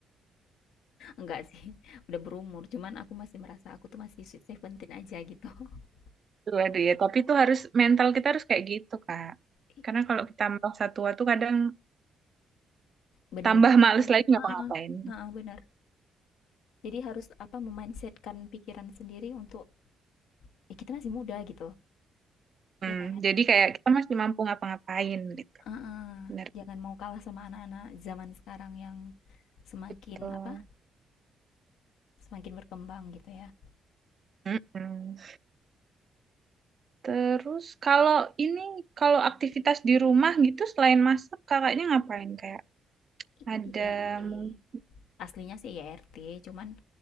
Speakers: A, on the left; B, on the right.
A: Enggak sih, <laughs> udah berumur, cuman aku masih merasa aku tuh masih sweet seventeen aja gitu. <laughs>
B: Tuh, aduh ya, tapi itu harus mental kita harus kayak gitu, Kak.
A: Ih,
B: Karena kalau kita merasa tua tuh kadang
A: bener-bener
B: tambah
A: mager.
B: males lagi ngapa-ngapain.
A: Heeh, benar. Jadi harus apa memindsetkan pikiran sendiri untuk ya kita masih muda gitu.
B: Hmm,
A: Ya kan?
B: jadi kayak kita masih mampu ngapa-ngapain gitu.
A: Heeh.
B: Bener
A: Jangan mau kalah sama anak-anak zaman sekarang yang semakin
B: gitu.
A: apa? Semakin berkembang gitu ya.
B: Mm-mm. Terus kalau ini, kalau aktivitas di rumah gitu selain masak, kakaknya ngapain? Kayak
A: I-
B: ada
A: IRT.
B: mungkin.
A: Aslinya sih IRT, cuman